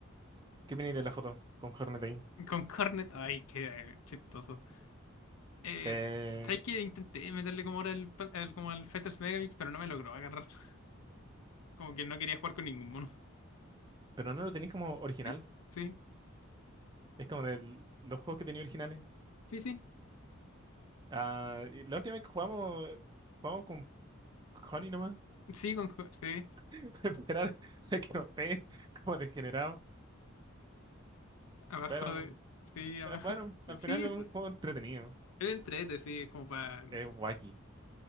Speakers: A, on the right (about 20°); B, on the left (about 85°).
A: ¿Qué viene de la foto con Hornet ahí?
B: Con Cornet, ay, qué chistoso. Eh,
A: Eh,
B: ¿sabes que Intenté meterle como ahora el, pa- al- como al Fighters Megamix, pero no me logró agarrar. <laughs> Como que no quería jugar con ningún mono.
A: pero no lo tenéis como original,
B: Sí, sí,
A: es como de los juegos que tenía originales.
B: sí, sí,
A: Ah, y la última vez que jugamos, eh, jugamos con Honey nomás.
B: sí, con, jo- sí,
A: <laughs> esperar a que nos peguen como degenerados.
B: abajo
A: Pero
B: de... Sí, abajo.
A: eh, bueno, al
B: Sí,
A: final es un juego entretenido.
B: Es entrete, sí, es como para...
A: Es wacky.